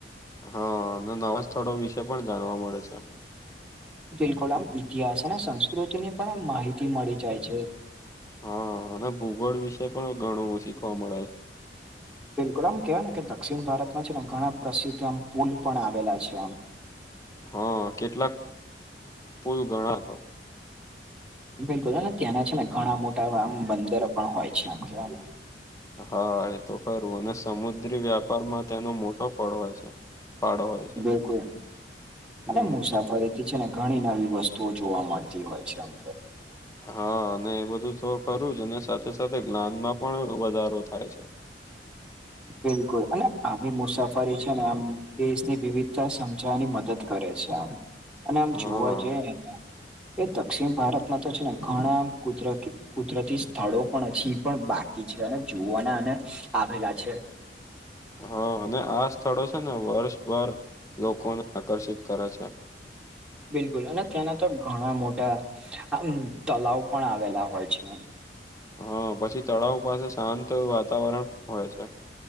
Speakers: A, on the left; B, in the centre.
A: હા અને નવા સ્થળો વિશે પણ જાણવા મળે છે.
B: બિલકુલ આમ ઇતિહાસ અને સંસ્કૃતિની પણ માહિતી મળી જાય છે.
A: હા અને ભૂગોળ વિશે પણ ઘણું શીખવા મળે છે.
B: બિલકુલ આમ કેવાય ને કે દક્ષિણ ભારતમાં છે ને ઘણા પ્રસિદ્ધ આમ પુલ પણ આવેલા છે આમ
A: હા કેટલાક પુલ ગણા તો
B: બિલકુલ ત્યાંના છે ને ઘણા મોટા આમ બંદરો પણ હોય છે આમ કેવાય
A: હા એ તો ખરું અને સમુદ્રી વ્યાપારમાં તેનો મોટો ફળ હોય છે ફાળો હોય છે
B: બિલકુલ,
A: હમ્મ.
B: અને મુસાફરી છે ને ઘણી નવી વસ્તુઓ જોવા મળતી હોય છે અમ
A: હા અને એ બધું તો ખરું જ અને સાથે સાથે જ્ઞાનમાં પણ વધારો થાય છે.
B: બિલકુલ અને આવી મુસાફરી છે ને આમ દેશની વિવિધતા સમજાવની મદદ કરે છે આમ અને આમ
A: હા
B: જોવા જઈને એ દક્ષિણ ભારતમાં તો છે ને ઘણા કુદરતી કુદરતી સ્થળો પણ હછ એ પણ બાકી છે અને જોુવાને અને આવેલા છે.
A: હા અને આ સ્થળો છે ને વર્ષભર લોકોને આકર્ષિત કરે છે.
B: બિલકુલ અને ત્યાંના તો ઘણા મોટા આમ તલાવ પણ આવેલા હોય છે.
A: હા પછી તળાવ પાસે શાંત વાતાવરણ હોય છે.